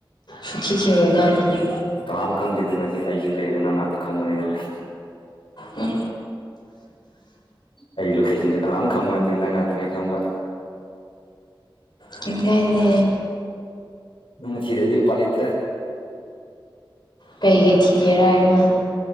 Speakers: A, on the left; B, on the left.
A: ꯁꯨꯡꯊꯤ ꯊꯤꯔꯣꯢꯗ ꯑꯩꯗꯤ
B: ꯀꯅꯥꯝ ꯈꯪꯗꯦꯗꯅ ꯁꯤ ꯑꯩꯒꯤ ꯂꯩꯔꯦꯗꯅ ꯅꯪ ꯉꯥꯛꯇ ꯈꯪꯒꯅꯤꯅ
A: ꯎꯝ
B: ꯑꯩ ꯂꯣꯀꯦꯁꯟꯁꯨ ꯀꯅꯥꯝ ꯈꯪꯕ ꯅꯠꯇꯦ ꯅꯪ ꯉꯥꯛꯇꯅꯦ ꯈꯪꯕ
A: ꯀꯤꯝ ꯀꯥꯢꯗꯦ
B: ꯅꯪꯅ ꯊꯤꯗ꯭ꯔꯗꯤ ꯎꯄꯥꯢ ꯂꯩꯇ꯭ꯔꯦ
A: ꯀꯩꯀꯩ ꯊꯤꯒꯦꯔꯥ ꯑꯩꯅ